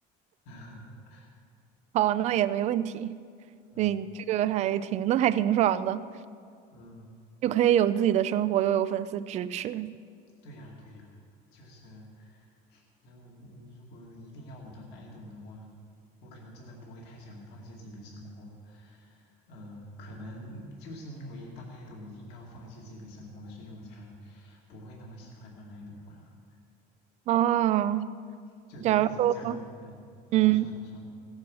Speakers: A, on the left; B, on the right.
A: <laughs>
B: 好，那也没问题。
A: 嗯
B: 对，这个还挺，那还挺爽的，
A: 嗯，
B: 又可以有自己的生活，又有粉丝支持
A: 对呀对呀，就是。那我如果一定要我当 idol 的话，我可能真的不会太想放弃自己的生活。呃，可能就是因为当 idol 一定要放弃自己的生活，所以我才不会那么喜欢当 idol 吧。
B: 啊。
A: 就如果假如，
B: 假如说，
A: 嗯、啊，
B: 嗯。
A: 你说你说，